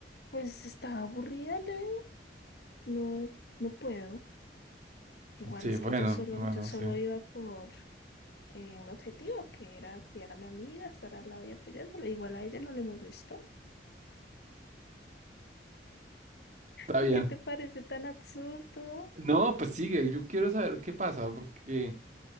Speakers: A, on the left; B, on the right.
A: Pues estaba aburrida, Leo. No, no puedo. Igual
B: Sí,
A: es
B: bueno,
A: que yo solo,
B: bueno,
A: yo solo
B: sí.
A: iba por eh, un objetivo que era cuidar a mi amiga, estar al lado y apoyándola. Igual a ella no le molestó.
B: Está
A: ¿Por
B: bien.
A: qué te parece tan absurdo?
B: No, pues sigue, yo quiero saber qué pasa, porque